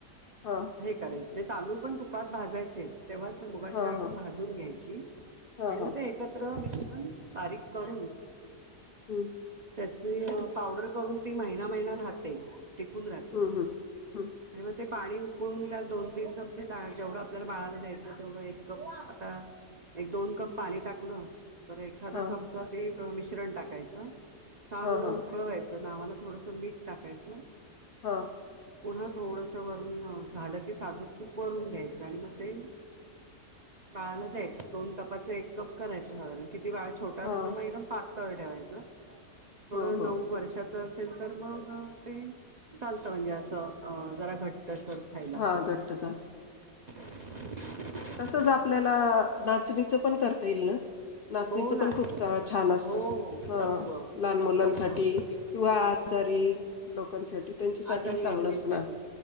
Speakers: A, on the left; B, on the right.
A: हा.
B: <unintelligible> तांदूळ पण तुपात भाजायचे. तेव्हाच मुगाची
A: हा
B: डाळ पण
A: हा
B: भाजून घ्यायची
A: हा
B: आणि
A: हा
B: मग ते एक त्र मिश्रण बारीक करून
A: हम्म.
B: त्याची पावडर करून ती महिना महिना राहते. टिकून राहते.
A: हम्म हम्म हम्म
B: आणि मग ते पाणी उकळून त्यात दोन तीन चमचे जेवढं आपल्याला बाळाला द्यायचं तेवढं एक कप आता एक दोन कप पाणी टाकलं तर एखादा
A: हा
B: चमचा ते मिश्रण टाकायचं. चांगलं
A: हा हा
B: उकळवायचं तर नावाला थोडसं मीठ टाकायचं.
A: हा.
B: पुन्हा थोडस वरून झालं की साजूक तूप वरून घ्यायचं आणि मग ते बाळाला द्यायचं. दोन कपाचं एक कप करायचं साधारण किती बाळ छोट असेल
A: हा
B: तर मग एक पातळ ठेवायच. थोड
A: हो
B: नऊ
A: हो
B: वर्षाच तर मग ते चालत म्हणजे असं अ -जरा घट्ट सर खायला.
A: हा घट्ट झाल
B: <inaudible> चांगलं
A: तसच आपल्याला नाचणीचं पण करता ईल ना? नाचणीचं
B: हो नाचण्याचं
A: पण खूप
B: पण
A: छान असत.
B: हो हो
A: ह
B: सत्व
A: लहान मुलांसाठी
B: सत्व हो
A: किंवा आजारी
B: हो
A: लोकांसाठी त्यांच्यासाठी
B: आजारी
A: चांगलं
B: व्यक्तींसाठी
A: असणार.